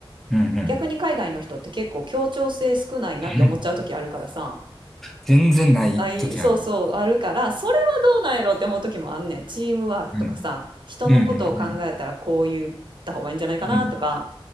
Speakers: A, in the centre; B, on the right.
A: うんうん。
B: 逆に海外の人って結構協調性少ないなって思っちゃう時あるからさ。
A: <laughs> 全然ない時ある。
B: ない、そうそう、あるから、それはどうなんやろって思う時もあんねん。チームワークとかさ、
A: うん。
B: 人のことを考えたらこう言った方がいいんじゃないかなとか、
A: うんうんうんうん。